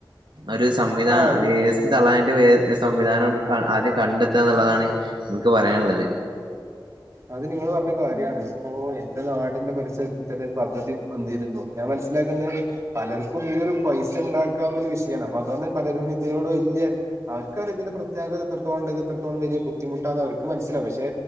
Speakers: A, on the right (about 65°); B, on the right (about 35°).
A: ഒരു സംവിധാന്യ
B: ആ
A: തള്ളാനായിട്ട് വേ സംവിധാനം ആദ്യം കണ്ടെത്തുക എന്നുള്ളതാണ് എനിക്ക് പറയാനുള്ളത്
B: അത് നിങ്ങള് പറഞ്ഞ കാര്യാണ് ഒ എന്റെ നാടിന്റെ പരിസരത്ത് ഇത്ര ഒരു പദ്ധതി വന്നിരുന്നു ഞാൻ മനസ്സിലാക്കുന്നത് പലർക്കും ഇതൊരു പൈസ ഉണ്ടാക്കാവുന്ന ഒരു വിഷയമാണ് അപ്പൊ അതുകൊണ്ട് പലരും ഇതിനോട് വല്ല്യ അവർക്ക് അറ ഇതിന്റെ പ്രത്യാകത എത്രത്തോളം ഇത് എത്രത്തോളം വലിയ ബുദ്ധിമുട്ടാന്ന് അവർക്ക് മനസ്സിലാ പക്ഷെ